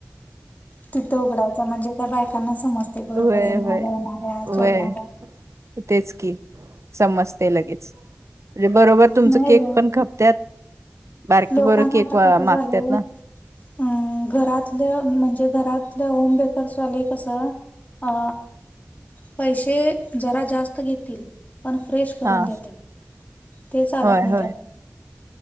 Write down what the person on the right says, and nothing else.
व्हय
व्हय
व्हय
तेच की समजतंय लगेच म्हणजे बरोबर तुमचं
केक
पण खपतात बारकी
पोरं केक
मागतात
ना
हा
होय
होय